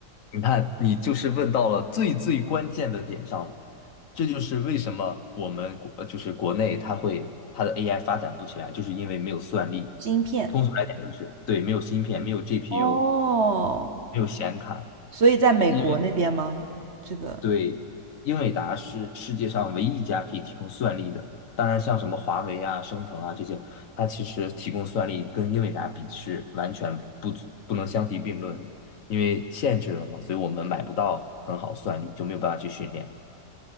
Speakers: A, on the left; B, on the right.
A: 你看，你就是问到了最最关键的点上了，这就是为什么我们国呃就是国内它会它的 AI 发展不起来，就是因为没有算力。
B: 晶片。
A: 通俗来讲，就是对，没有芯片，没有 GPU，
B: 哦，
A: 没有显卡。
B: 所以在美国那边吗？
A: 因
B: 这个
A: 对，英伟达是世界上唯一一家可以提供算力的。当然，像什么华为啊、升腾啊这些，它其实提供算力跟英伟达比是完全不足不能相提并论的，因为限制了嘛，所以我们买不到很好算力，就没有办法去训练。